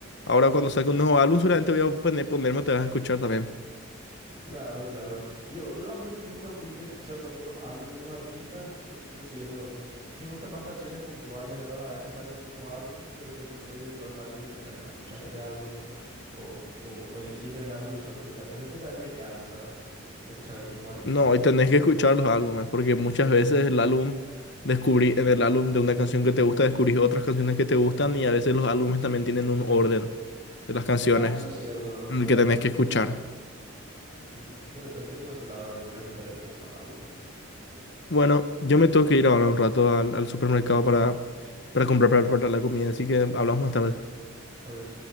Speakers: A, on the left; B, on the right.
A: Ahora cuando saque un nuevo álbum seguramente voy a poner- ponerme, te vas a escuchar también.
B: Claro, claro. Yo, yo realmente nunca fui de escuchar tanto los álbumes de los artistas porque considero que me gustan más canciones puntuales, ¿verdad? A veces están en el mismo álbum, pero yo no soy de comprar un álbum ni ponerme a escuchar ese álbum o, o, o- o elegir el álbum y solo escuchar eso, porque también me cansa escuchar al mismo artista
A: No,
B: así
A: y tenés
B: todo.
A: que escuchar los álbumes, porque muchas veces el álbum, descubrí en el álbum de una canción que te gusta, descubrís otras canciones que te gustan y a veces los álbumes también tienen un orden de las canciones
B: Claro, eso es cierto, ¿no?
A: en
B: de
A: el
B: verdad,
A: que tenés
B: tienen
A: que escuchar.
B: sus, Ujú, Yo entiendo ese lado y voy a intentar escuchar más algunas.
A: Bueno, yo me tengo que ir ahora un rato al, al supermercado para, para comprar para preparar la comida, así que hablamos más tarde.
B: Adiós.